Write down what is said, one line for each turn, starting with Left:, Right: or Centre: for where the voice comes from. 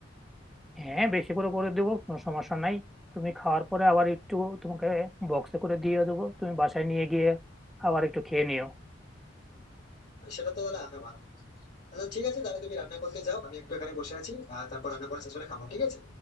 Centre: হ্যাঁ বেশি করে করে দেবো কোনো সমস্যা নাই তুমি খাওয়ার পরে আবার একটু তোমাকে বক্সে করে দিয়ে দেবো তুমি বাসায় নিয়ে গিয়ে আবার একটু খেয়ে নিও
Left: সেটা তো তাহলে আরো ভালো আচ্ছা ঠিক আছে তাহলে তুমি রান্না করতে যাও আমি একটু এখানে বসে আছি আর তারপর রান্না করা শেষ হলে খাবো ঠিক আছে